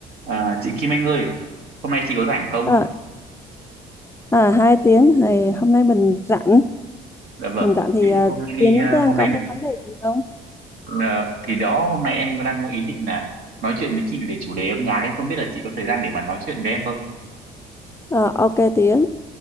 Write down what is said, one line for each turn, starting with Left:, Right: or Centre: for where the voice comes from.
Right: À, chị Kim Anh ơi, hôm nay chị có rảnh không?
Left: À, à hai tiếng thì hôm nay mình rảnh
Right: Dạ vâng.
Left: mình rảnh thì
Right: Thế
Left: à,
Right: thì Hôm nay
Left: Tiến
Right: à,
Left: đang
Right: hôm
Left: có
Right: nay mình
Left: cái vấn đề gì không
Right: à, thì đó hôm nay em đang có ý định là nói chuyện với chị về chủ đề âm nhạc ấy, không biết là chị có thời gian để mà nói chuyện với em không?
Left: à, ok Tiến